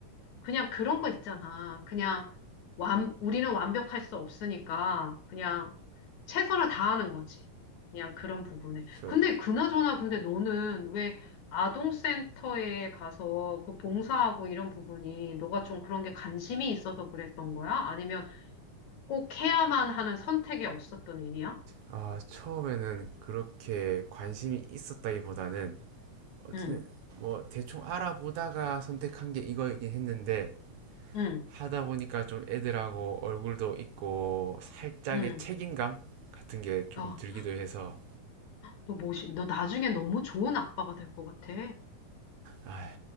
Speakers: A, on the left (about 60°); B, on the right (about 65°).
A: 그냥 그런 거 있잖아. 그냥 완, 우리는 완벽할 수 없으니까 그냥 최선을 다하는 거지. 그냥 그런 부분에.
B: 저
A: 근데 그나저나 근데 너는 왜 아동센터에 가서 그 봉사하고 이런 부분이 너가 좀 그런 게 관심이 있어서 그랬던 거야? 아니면 꼭 해야만 하는 선택이 없었던 일이야?
B: 아, 처음에는 그렇게 관심이 있었다기보다는 어쨌든
A: 응,
B: 뭐 대충 알아보다가 선택한 게 이거이긴 했는데
A: 응,
B: 하다 보니까 좀 애들하고 얼굴도 있고 살짝의
A: 응.
B: 책임감 같은 게 조금
A: 아,
B: 들기도 해서
A: 너 멋있, 너 나중에 너무 좋은 아빠가 될 것 같아.
B: 아,